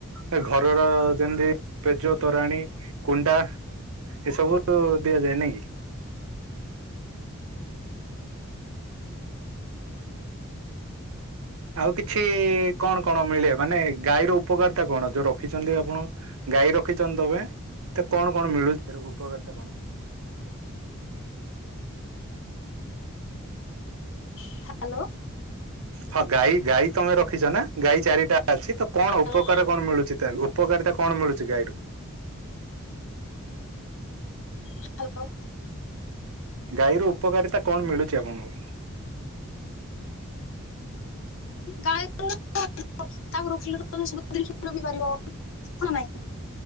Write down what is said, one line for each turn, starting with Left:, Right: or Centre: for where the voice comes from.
Right: ଏ ଘରର ଯେନ୍ତି ପେଜ, ତୋରାଣୀ, କୁଣ୍ଡା। ଏ ସବୁ ଦିଆଯାଏ। ନାଇଁ କି? ଆଉ କିଛି କଣ କଣ ମିଳେ? ମାନେ ଗାଈର ଉପକାରୀତା କଣ ଯୋଉ ରଖିଚନ୍ତି ଆପଣ? ଗାଈ ରଖିଚନ୍ତି ତମେ ତେ କଣ କଣ ମିଳୁଚି, ତାର ଉପକାରିତା କଣ?
Left: ହାଲୋ।
Right: ହଁ ଗାଈ ଗାଈ ତମେ ରଖିଚ ନାଁ। ଗାଈ ଚାରିଟା ଅଛି। ତ କଣ
Left: ହ୍ୟାଲୋ
Right: ଉପକାର କଣ ମିଳୁଚି ତାହାକୁ? ପକାରିତା କଣ ମିଳୁଚି ଗାଈରୁ?
Left: ହାଲୋ।
Right: ଗାଈର ଉପକାରିତା କଣ ମିଳୁଚି ଆପଣଙ୍କୁ?
Left: ଗାଈ ତର ତାକୁ ରଖିଲେ ତ ତମେ ସବୁ ଦିରି <inaudible> ପାରିବ ନାଁ ନାଇଁ?